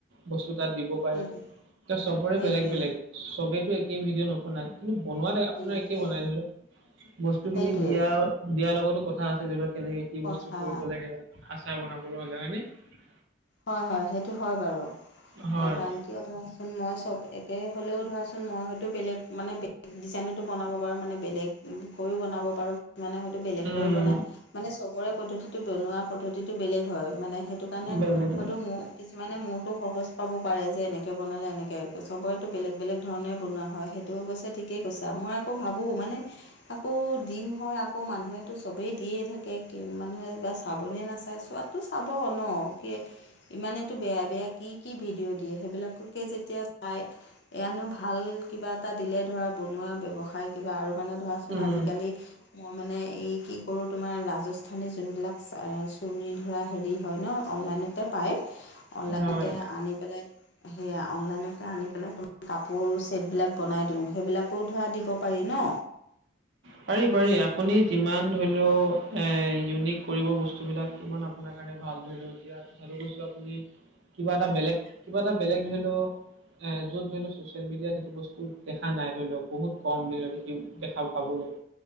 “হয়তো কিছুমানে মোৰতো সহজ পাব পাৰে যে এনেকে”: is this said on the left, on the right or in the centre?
Left